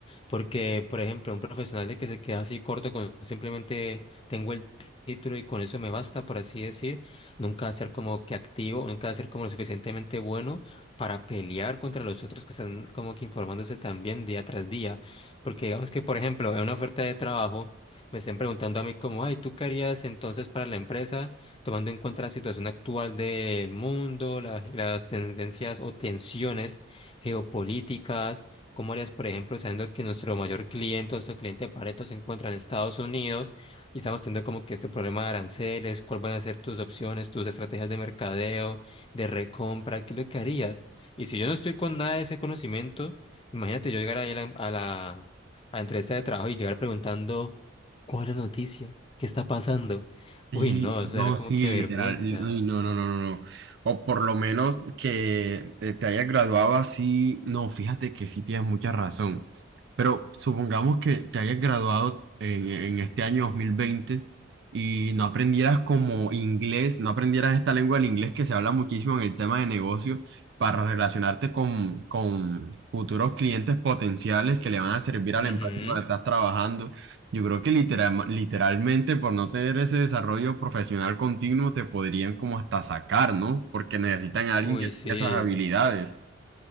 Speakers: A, on the left (about 25°); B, on the right (about 60°).
A: Porque, por ejemplo, un profesional de que se queda así corto con simplemente tengo el título y con eso me basta, por así decir, nunca va a ser como que activo, nunca va a ser como lo suficientemente bueno para pelear contra los otros que están como que informándose también día tras día. Porque digamos que, por ejemplo, en una oferta de trabajo me estén preguntando a mí como, ay, ¿tú qué harías entonces para la empresa, tomando en cuenta la situación actual del mundo, la- las tendencias o tensiones geopolíticas? ¿Cómo harías, por ejemplo, sabiendo que nuestro mayor cliente, nuestro cliente de Pareto se encuentra en Estados Unidos y estamos teniendo como que este problema de aranceles? ¿Cuáles van a ser tus opciones, tus estrategias de mercadeo, de recompra? ¿Qué es lo que harías? Y si yo no estoy con nada de ese conocimiento, imagínate yo llegar ahí a la, a la, a la entrevista de trabajo y llegar preguntando, ¿cuál es la noticia? ¿Qué está pasando?
B: Sí,
A: Uy, no,
B: no,
A: eso era como
B: sí,
A: que
B: literal,
A: vergüenza.
B: li- uy, no, no, no, no, no. O por lo menos que eh, te hayas graduado así, no, fíjate que sí tienes mucha razón. Pero supongamos que te hayas graduado en, en este año 2020 y no aprendieras como inglés, no aprendieras esta lengua del inglés que se habla muchísimo en el tema de negocio para relacionarte con, con futuros clientes potenciales que le van a servir a
A: Ujú.
B: la empresa en donde estás trabajando. Yo creo que literal- literalmente por no tener ese desarrollo profesional continuo te podrían como hasta sacar, ¿no? Porque necesitan a alguien
A: Uy,
B: que tenga
A: sí.
B: esas habilidades.